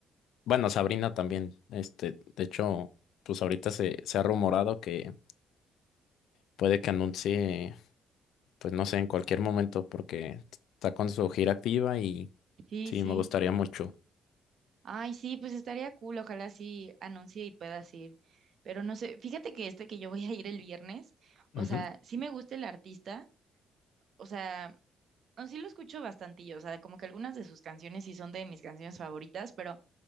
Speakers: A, on the left; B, on the right.
A: Bueno, Sabrina también. Este, de hecho, pues ahorita se, se ha rumorado que puede que anuncie, pues no sé, en cualquier momento, porque está con su gira activa y
B: sí,
A: sí,
B: sí.
A: me gustaría mucho.
B: Ay, sí, pues estaría cool, ojalá sí anuncie y puedas ir. Pero no sé, fíjate que este que yo voy a ir el viernes, o
A: Ujú,
B: sea, sí me gusta el artista, o sea, no, sí lo escucho bastantillo, o sea, como que algunas de sus canciones sí son de mis canciones favoritas, pero